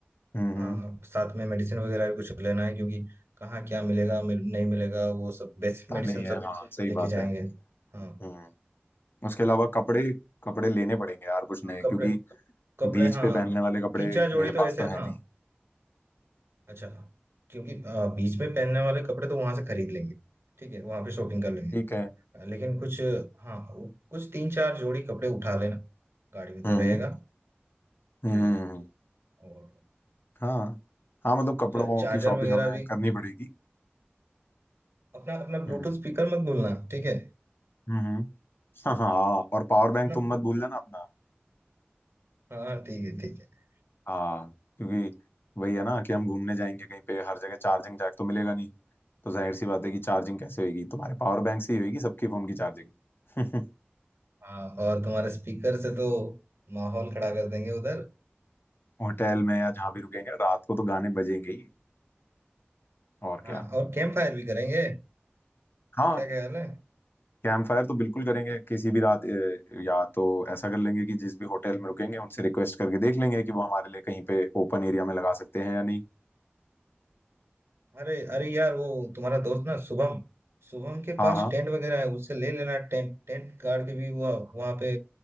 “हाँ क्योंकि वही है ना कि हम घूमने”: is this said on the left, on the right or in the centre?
Left